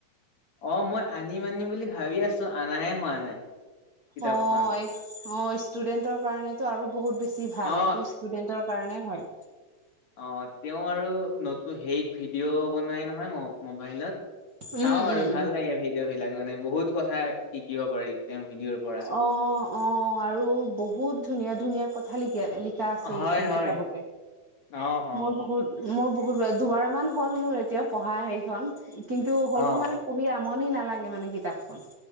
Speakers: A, on the left; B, on the right.
A: অ', মই আনিম আনিম বুলি ভাবি আছো অনাহে হোৱা নাই। কিতাপখন
B: অ', -অ', ষ্টুডেন্টৰ কাৰণেতো আৰু বহুত বেছি ভাল
A: অ
B: এইটো ষ্টুডেন্টৰ কাৰণে হয়।
A: অ তেওঁ আৰু নতু হেইত ভিডিঅ' বনাই নহয় ম মোবাইলত চাওঁ
B: উম
A: আৰু
B: উম
A: ভাল
B: উম।
A: লাগে ভিডিঅ' বিলাক মানে বহুত কথাই শিকিব পাৰি। তেওঁৰ ভিডিঅ'ৰ পৰা
B: অ', অ', আৰু বহুত ধুনীয়া ধুনীয়া কথা লিখি লি শা আছে
A: হয়
B: এইখন
A: হয়
B: কিতাপতে
A: অ অ
B: মই বহুত মোৰ বহুতাৰ দুবাৰ মান হ'ল মোৰ এতিয়া পঢ়া হেৰিখন কিন্তু
A: অ
B: হ'লো মানে পঢ়ি আ মন নালাগে মানে কিতাপখন